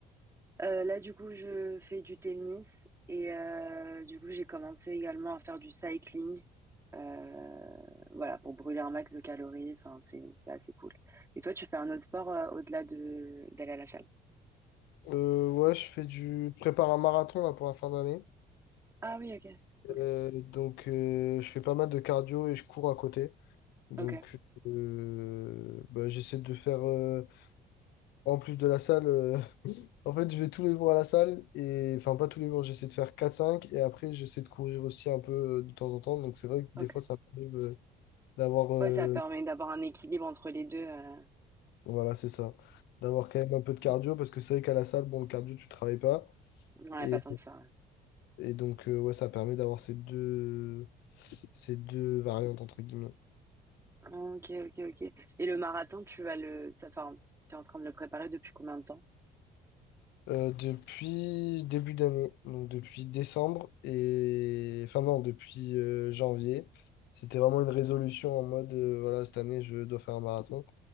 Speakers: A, on the right; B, on the left.
A: Euh, là, du coup, je fais du tennis et euh, du coup, j'ai commencé également à faire du cycling. Euh, voilà, pour brûler un max de calories. Enfin, c'est c'est assez cool. Et toi, tu fais un autre sport euh, au-delà de d'aller à la salle?
B: Euh, ouais, je fais du... Je prépare un marathon là, pour la fin d'année.
A: Ah oui, ok, c'est cool.
B: Euh, donc, euh, je fais pas mal de cardio et je cours à côté. Donc,
A: Ok,
B: euh, bah, j'essaie de faire, euh, en plus de la salle, euh, En fait, je vais tous les jours à la salle et enfin pas tous les jours, j'essaie de faire quatre, cinq et après j'essaie de courir aussi un peu euh, de temps en temps. Donc c'est vrai que
A: ok.
B: des fois ça m'arrive euh, d'avoir euh,
A: Ouais, ça permet d'avoir un équilibre entre les deux. Euh...
B: voilà, c'est ça. D'avoir quand même un peu de cardio parce que c'est vrai qu'à la salle, bon, le cardio tu travailles pas
A: On n'a
B: et,
A: pas tant de ça.
B: et donc euh, ouais, ça permet d'avoir ces deux ces deux variantes entre guillemets.
A: Ok, ok, ok. Et le marathon, tu vas le, ça, enfin, tu es en train de le préparer depuis combien de temps?
B: Euh, depuis début d'année, donc depuis décembre et enfin non, depuis euh, janvier. C'était vraiment une résolution en mode euh, voilà, cette année je dois faire un marathon